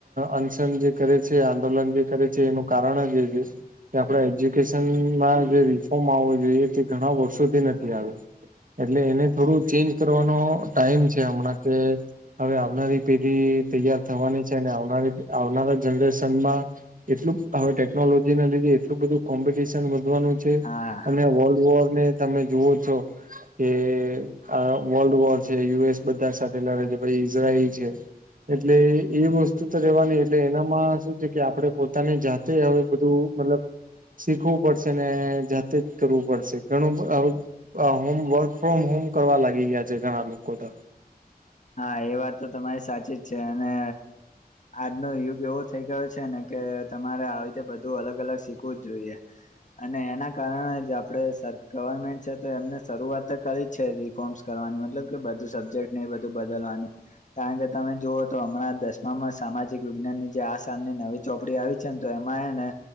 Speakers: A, on the right (about 55°); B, on the left (about 50°).
A: અનશન જે કરે છે આંદોલન જે કરે છે એનું કારણ અજ એ છે કે આપણે એજુકેશનમાં જે રિફોર્મ માંગવો જોઈએ તે ઘણા વર્ષોથી નથી આવયો. એટલે એને થોડું ચેન્જ કરવાનો ટાઈમ છે હમણાં કે હવે આવનારી પેઢી તૈયાર થવાની છે ને આવનારી આવનારા જનરેશનમાં એટલું હવે ટેકનોલોજી ના લીધે એટલું બધું કોમ્પિટિશન વધવાનું છે
B: હા
A: અને વર્લ્ડ વોર ને તમે જુઓ છો કે આ વર્લ્ડ વોર છે યુ એસ બધા સાથે લડે છે ભ ઈઝરાયલ છે. એટલે એ વસ્તુ તો રેવાની એટલે એનામાં શું છે કે આપડણે પોતાની જાત હવે બધું મતલબ શીખવું પડશે ને જાતે જ કરવું પડશે ઘણું આવું હોમ વર્ક ફ્રોમ હોમ કરવા લાગી ગયા છે ઘણા લોકો તો.
B: હા એ વાત તો તમારી સાચી જ છે અને આજનો યુગ એવો થઈ ગયો છે ને કે તમારે આવી રીતે બધું અલગ અલગ શીખવું જ જોઈએ. અને એના કારણે જે આપડણે સર ગવર્મેન્ટ છે તો એમને શરૂઆત તો કરી જ છે રિફોર્મ્સ કરવાની મતલબ કે બધું સબ્જેક્ટ ને એ બધું બદલવાની. કારણ કે તમે જુઓ તો હમણાં દસમામાં સામાજિક વિજ્ઞાનની જે આ સાલની નવી ચોપડી આવી છે ને તો એમાં એ ને